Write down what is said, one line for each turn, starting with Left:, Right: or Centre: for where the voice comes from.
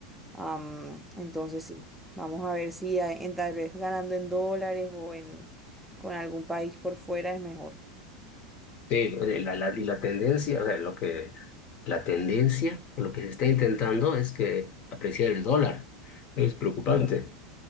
Centre: Am, entonces sí, vamos a ver si a- en, tal vez ganando en dólares o en con algún país por fuera es mejor.
Left: Sí, la, la- y la tendencia, o sea, lo que, la tendencia, lo que se está intentando es que apreciar el dólar. Es preocupante.
Centre: Claro.